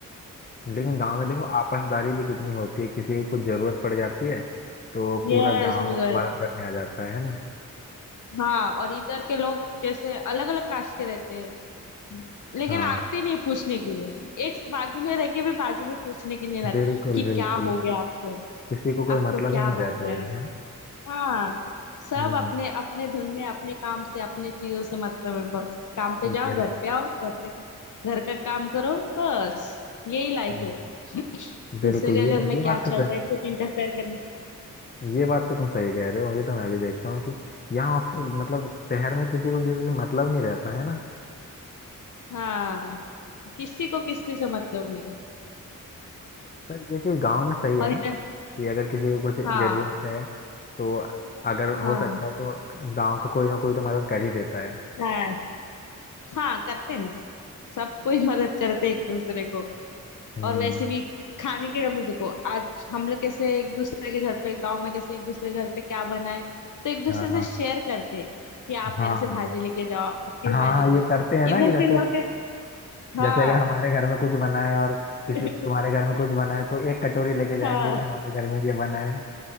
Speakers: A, on the left; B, on the left.
A: लेकिन गांव में देखो आपसदारी भी कितनी होती है किसी को कुछ जरूरत पड़ जाती है तो पूरा
B: yes
A: गांव
B: Vijay
A: मदद करने आ जाता है है ना
B: हाँ और इधर के लोग जैसे अलग अलग कास्ट के रहते हैं लेकिन
A: हाँ
B: आते नहीं पूछने के लिए एक बाजू में रह के भी बाजू में पूछने के लिए नहीं आते
A: बिल्कुल
B: कि
A: बिल्कुल
B: क्या हो गया आपको
A: किसी को कोई
B: आपको
A: मतलब
B: क्या
A: ही नहीं रहता
B: हो गया
A: यार है ना
B: हाँ सब
A: हम्म
B: अपने अपने धुन में अपने काम से अपने चीजों से मतलब है बस काम पे जाओ
A: ये-
B: घर पे आओ घर पे घर का काम करो बस यही लाइफ
A: तो, हाँ,
B: है <clears throat>
A: बिल्कुल
B: दूसरे के
A: ये
B: घर में
A: ये
B: क्या
A: बात
B: चल
A: तो सही
B: रहा है कुछ इंटरफेयर करने
A: ये बात तो तुम सही कह रहे हो ये तो मैं भी देखता हूँ कि यहाँ अपनी- मतलब शहर में किसी को किसी से मतलब नहीं रहता है ना
B: हाँ किसी को किसी से मतलब नहीं
A: पर ये चीज गांव में सही है
B: और
A: ना
B: इधर
A: कि अगर किसी को कुछ
B: हाँ
A: जरूरत है तो अगर
B: हाँ
A: हो सकता है तो गांव का कोई ना कोई तो मदद कर ही देता है
B: हाँ हाँ करते हैं ना सब कोई मदद करते हैं एक दूसरे को
A: हम्म
B: और वैसे भी खाने के डर में देखो आज हम लोग कैसे एक दूसरे के घर पे गांव में कैसे एक दूसरे के घर पे क्या बनाए तो एक दूसरे
A: हाँ हाँ
B: से शेयर करते हैं कि आप
A: हाँ
B: मेरे से भाजी लेके जाओ आपकी
A: हाँ
B: भाजी दो
A: ये करते हैं ना
B: इधर
A: कि जैसे
B: के लोग के- हाँ
A: जैसे अगर हमारे घर में कुछ बना है और
B: <laughs>
A: किसी तुम्हारे घर में कुछ बना है तो एक कटोरी लेके जाएंगे
B: हाँ
A: कि हमारे घर में ये बना है